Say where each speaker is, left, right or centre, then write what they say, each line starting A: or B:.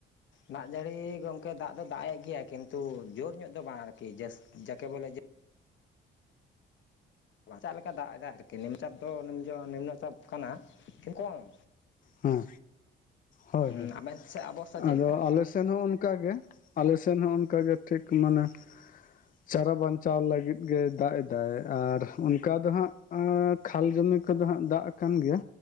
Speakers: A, on the left; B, on the left.
A: ᱫᱟᱜ ᱡᱟᱹᱲᱤ ᱜᱚᱝᱠᱮ ᱫᱟᱜ ᱫᱚ ᱫᱟᱜ ᱮᱜ ᱜᱮᱭᱟᱭ ᱠᱤᱱᱛᱩ ᱡᱩᱨ ᱧᱚᱜ ᱫᱚ ᱵᱟᱝ ᱟᱨ ᱠᱤ ᱡᱟᱹᱥ ᱡᱟᱠᱮ ᱵᱚᱞᱮ ᱡᱟᱼ ᱪᱟᱜ ᱞᱮᱠᱟ ᱫᱟᱜ ᱮᱫᱟᱭ ᱟᱨ ᱠᱤ ᱱᱤᱢ ᱪᱟᱯ ᱫᱚ ᱱᱤᱢ ᱡᱚ ᱱᱤᱢᱱᱚ ᱪᱟᱯ ᱠᱟᱱᱟ ᱠᱚᱢ᱾
B: ᱦᱟᱸ ᱦᱚᱭ
A: ᱦᱩᱸ
B: ᱦᱚᱭ
A: ᱟᱵᱮᱱ ᱥᱮᱫ ᱚᱵᱚᱥᱛᱟ ᱪᱮᱫ
B: ᱟᱫᱚ
A: ᱞᱮᱠᱟ
B: ᱟᱞᱮᱥᱼ ᱥᱮᱱ ᱦᱚᱸ ᱚᱱᱠᱟ ᱜᱮ ᱟᱞᱮ ᱥᱮᱱ ᱦᱚᱸ ᱚᱱᱠᱟ ᱜᱮ ᱴᱷᱤᱠ ᱢᱟᱱᱮᱼ ᱪᱟᱨᱟ ᱵᱟᱧᱪᱟᱣ ᱞᱟᱹᱜᱤᱫ ᱜᱮ ᱫᱟᱜ ᱮᱫᱟᱭ ᱟᱨ ᱚᱱᱼ ᱠᱟ ᱫᱚ ᱦᱟᱸᱜ ᱠᱷᱟᱞ ᱡᱩᱢᱤ ᱠᱚᱫᱚ ᱦᱟᱸᱜ ᱫᱟᱜ ᱠᱟᱱ ᱜᱮᱭᱟ